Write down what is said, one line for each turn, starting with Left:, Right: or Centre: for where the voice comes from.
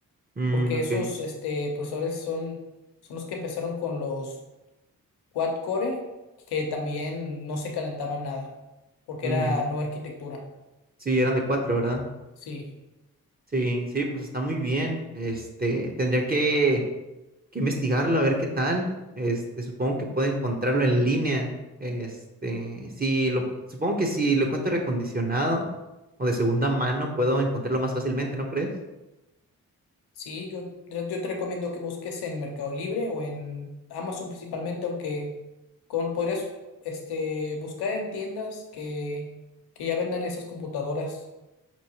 Right: Mm,
Left: porque
Right: ok.
Left: esos este, procesadores son, son los que empezaron con los quad core, que también no se calentaban nada, porque
Right: Ujú.
Left: era nueva arquitectura.
Right: Sí, eran de cuatro, ¿verdad?
Left: Sí,
Right: Sí, sí, pues está muy bien. Este, tendría que, que investigarlo a ver qué tal. Este, supongo que puedo encontrarlo en línea. Este, sí, lo, supongo que si lo encuentro recondicionado o de segunda mano, puedo encontrarlo más fácilmente, ¿no crees?
Left: sí, yo, yo te recomiendo que busques en Mercado Libre o en Amazon principalmente, aunque con, podrías este, buscar en tiendas que, que ya vendan esas computadoras.